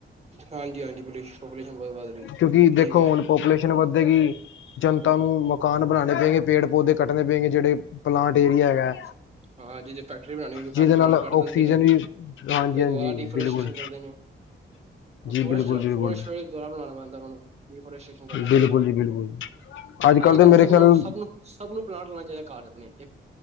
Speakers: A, on the right (about 35°); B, on the left (about 85°).
A: ਹਾਂਜੀ ਹਾਂਜੀ ਪੋਲਿਊਸ਼ਨ ਬਹੁਤ ਵੱਧ ਰਹੀ
B: ਕਿਉਂਕਿ
A: ਠੀਕ
B: ਦੇਖੋਂ
A: ਹੈ
B: ਹੁਣ ਪੌਪੂਲੇਸ਼ਨ ਵੱਧੇਗੀ ਜਨਤਾਂ
A: ਹਾਂਜੀ
B: ਨੂੰ ਕਾਨ ਬਣਾਣੇ ਪਏਗੇ ਪੇੜ ਪੌਦੇ ਕੱਟਣੇ ਪਏਗੇ ਜਿਹੜੇ ਪਲਾਂਟ ਏਰੀਆ ਹੈਗਾ।
A: ' <inaudible> ਹਾਂ ਜੀ ਫੈਕਟਰੀ ਬਣਾਣੀ ਹੋਏਗੀ ਸਾਰੇ
B: ਜਿਹਦੇ
A: ਪਲਾਂਟ
B: ਨਾਲ ਆਕਸੀਜਨ
A: ਕੱਟ ਦਿੰਦੇ ਨੇ,
B: ਵੀ ਹਾਂਜੀ
A: ਫਿਰ
B: ਹਾਂਜੀ
A: ਦੁਬਾਰਾ ਡਿਫੋਰਸਟ੍ਰੇਸ਼ਨ
B: ਬਿਲਕੁਲ
A: ਕਰਦੇ ਨੇ। <unintelligible>
B: ਜੀ ਬਿਲਕੁਲ ਬਿਲਕੁਲ
A: ਦੁਆਰਾ ਬਣਾਣਾ ਪੈਂਦਾ ਉਹਨਾਂ ਨੂੰ। ਡਿਫੋਰਸਟ੍ਰੇਸ਼ਨ ਕਰਨਾ
B: ਬਿਲਕੁਲ
A: ਪੈਂਦਾ।
B: ਜੀ ਬਿਲਕੁਲ
A: ਅੱਜ
B: ਤਾਂ
A: ਕੱਲ੍ਹ
B: ਮੇਰੇ
A: ਤੇ ਸਭ
B: ਖਿਆਲ
A: ਨੂੰ, ਸਭ ਨੂੰ, ਸਭ ਨੂੰ ਪਲਾਂਟ ਲਾਉਣਾ ਚਾਹੀਦਾ ਘੜ ਆਪਨੇ ਇੱਕ